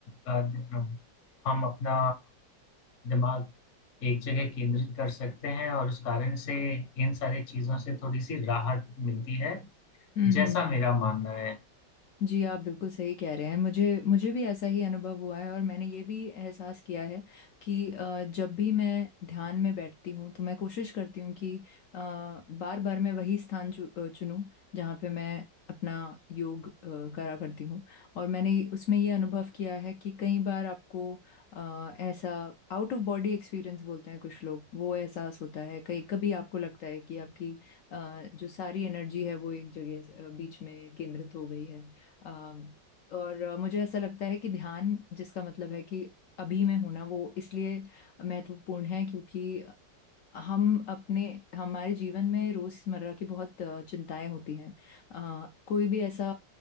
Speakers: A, on the left; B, on the left.
A: अ, ध- हम अपना दिमाग एक जगह केंद्रित कर सकते हैं और उस कारण से इन सारी चीजों से थोड़ी सी राहत मिलती है
B: हम्म
A: जैसा
B: हम्म
A: मेरा मानना है
B: जी आप बिल्कुल सही कह रहे हैं मुझे मुझे भी ऐसा ही अनुभव हुआ है और मैंने ये भी एहसास किया है कि अ, जब भी मैं ध्यान में बैठती हूँ तो मैं कोशिश करती हूँ कि बार बार मैं वही स्थान चु, अ, चुनूं जहाँ पे मैं अपना योग अ, करा करती हूँ और मैंने उसमें ये अनुभव किया है कि कई बार आपको अ, ऐसा आउट ऑफ बॉडी एक्सपीरियंस बोलते हैं कुछ लोग वो एहसास होता है कई कभी आपको लगता है कि आपकी अ, जो सारी एनर्जी है वो एक जगह अ, बीच में केंद्रित हो गई है अम, और अ, मुझे ऐसा लगता है कि ध्यान जिसका मतलब है कि अभी में होना वो इसलिए महत्वपूर्ण है क्योंकि हम अपने हमारे जीवन में रोजमर्रा की बहुत अ, चिंताएं होती हैं अ, कोई भी ऐसा